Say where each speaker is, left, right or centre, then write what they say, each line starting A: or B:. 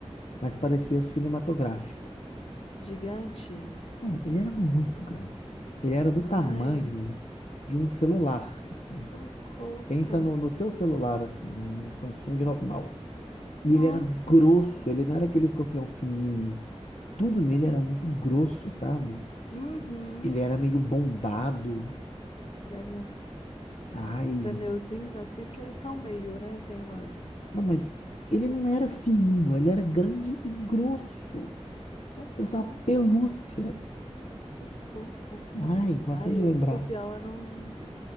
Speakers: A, on the left; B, on the left.
A: mas parecia cinematográfico.
B: gigante.
A: Não, ele era muito grande. Ele era do tamanho
B: Ai.
A: de um celular, assim.
B: Socorro.
A: Pensa no, no seu celular, assim, num Samsung normal.
B: Nossa,
A: E ele era grosso,
B: socorro.
A: ele não era aquele escorpião fininho. tudo nele era muito grosso, sabe?
B: Uhum.
A: Ele era meio bombado.
B: Deve...
A: Ai,
B: Pneuzinho assim, porque eles são meio, né? Tem umas.
A: não, mas ele não era fininho, ele era grande e grosso.
B: Socorro,
A: Parecia uma pelúcia.
B: socorro.
A: Ai, gosto
B: Ai,
A: nem de lembrar.
B: escorpião, eu não.